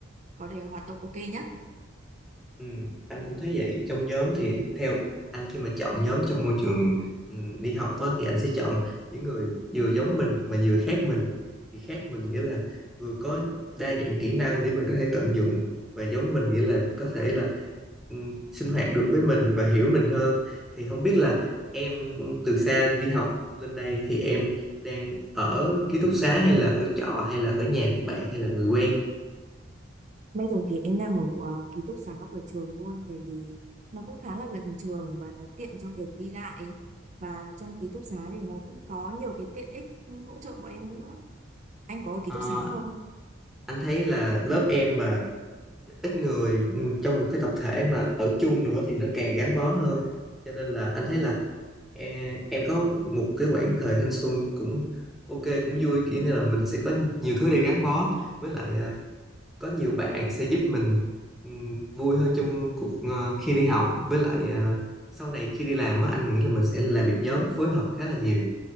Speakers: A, on the right; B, in the centre.
A: có thể hoạt động ok nhé
B: Ừ, anh cũng thấy vậy trong nhóm thì theo anh khi mà chọn nhóm trong môi trường ừ, đi học á, thì anh sẽ chọn những người vừa giống mình mà vừa khác mình thì khác mình nghĩa là vừa có đa dạng kỹ năng để mình có thể tận dụng và giống mình nghĩa là có thể là ừ, sinh hoạt được với mình và hiểu mình hơn thì không biết là em từ xa đi học lên đây thì em đang ở ký túc xá hay là ở trọ hay là ở nhà của bạn hay là người quen
A: Bây giờ thì em đang ở ờ, ký túc xá của trường luôn bởi vì nó cũng khá là gần trường và nó tiện trong việc đi lại và trong ký túc xá thì nó cũng có nhiều cái tiện ích hỗ trợ bọn em nữa. Anh có ở ký
B: Ờ,
A: túc xá không?
B: anh thấy là lớp em mà ít người ừ, trong một cái tập thể mà ở chung nữa thì nó càng gắn bó hơn cho nên là anh thấy là e- em có một cái quãng thời thanh xuân cũng ok cũng vui kiểu như là mình sẽ có nhiều thứ để gắn bó với lại à, có nhiều bạn sẽ giúp mình ừm, vui hơn trong cuộc ờ, khi đi học với lại à, sau này khi đi làm á anh nghĩ là mình sẽ làm việc nhóm phối hợp khá là nhiều